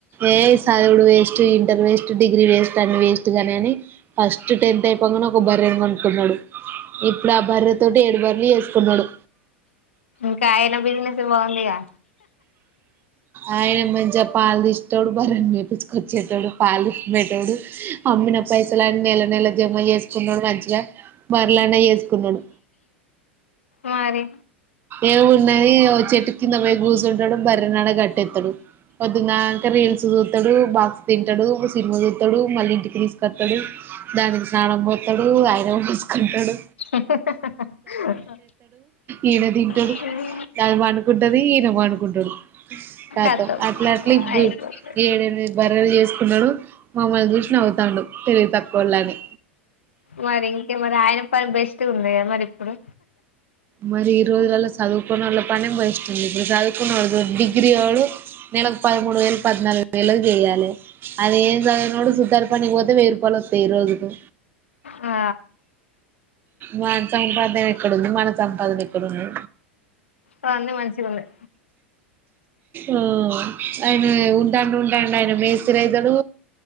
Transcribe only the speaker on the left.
ఇంకా ఆయన బిజినెస్ బాగుందిగా
మారే
<inaudible>
ఉమ్
కతం
అయిపోతది
మరి ఇంకే మరి ఆయన పని బెస్ట్ ఉంది కదా మరి ఇప్పుడు
ఆ
అ అన్ని మంచిగున్నై